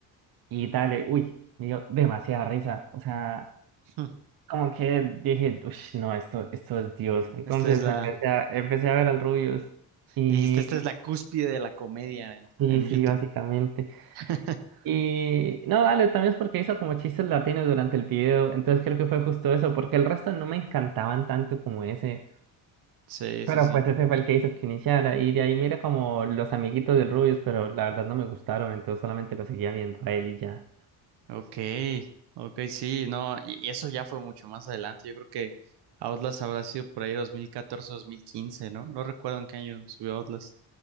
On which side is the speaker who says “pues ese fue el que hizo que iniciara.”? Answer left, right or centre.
Right